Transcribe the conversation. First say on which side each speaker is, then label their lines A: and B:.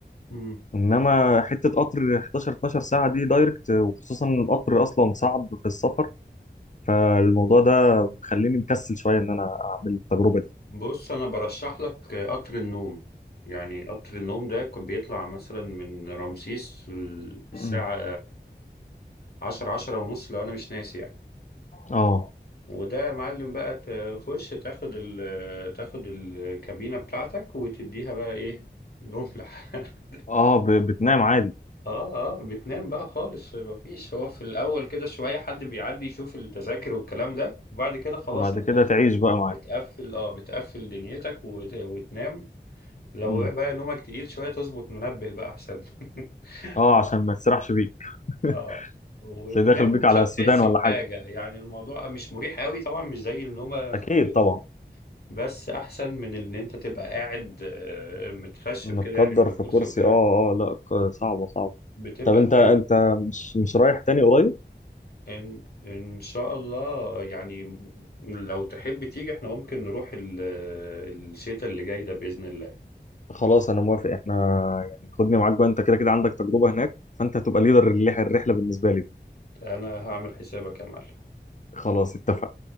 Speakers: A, on the left; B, on the left.
A: مم.
B: انما حته قطر 11 12 ساعه دي دايركت وخصوصا إن القطر اصلا صعب في السفر فالموضوع ده مخليني مكسل شويه ان انا اعمل التجربه دي
A: بص انا برشح لك قطر النوم يعني قطر النوم ده كان بيطلع مثلا من رمسيس الساعة
B: مم.
A: عشرة عشرة ونص لو انا مش ناسي يعني
B: اه
A: وده يا معلم بقى تخش تاخد ال تاخد الكابينة بتاعتك وتديها بقى ايه نملة <laughs>
B: اه ب- بتنام عادي
A: اه اه بتنام بقى خالص مفيش هو في الاول كده شويه حد بيعدي يشوف التذاكر والكلام ده وبعد كده خلاص
B: وبعد
A: انت
B: كده
A: بت-
B: تعيش بقى معاه
A: بتقفل اه بتقفل دنيتك وت- وتنام لو
B: مم.
A: بقى نومك تقيل شويه تظبط منبه بقى احسن <laughs>
B: اه عشان ما تسرحش بيك <laughs>
A: اه وتنام
B: اللي داخل بيك
A: ومش
B: على
A: هتحس
B: السودان ولا
A: بحاجه
B: حاجه
A: يعني الموضوع مش مريح قوي طبعا مش زي النومه في
B: اكيد
A: البيت
B: طبعا
A: يعني. بس احسن من ان انت تبقى قاعد آه، متخشب
B: متقدر
A: كده يعني على
B: في
A: كرسي
B: كرسي
A: وبتاع
B: اه اه لا ك- صعبه صعبه
A: بتبقى
B: طب انت
A: فارق
B: انت مش مش رايح تاني قريب
A: إن إن شاء الله يعني لو تحب تيجي احنا ممكن نروح ال- الشتاء اللي جاي ده بإذن الله
B: خلاص انا موافق احنا يعني خدني معاك بقى انت كده كده عندك تجربه هناك فانت هتبقى ليدر الرحله بالنسبه لي
A: أنا هعمل حسابك يا معلم
B: خلاص اتفقنا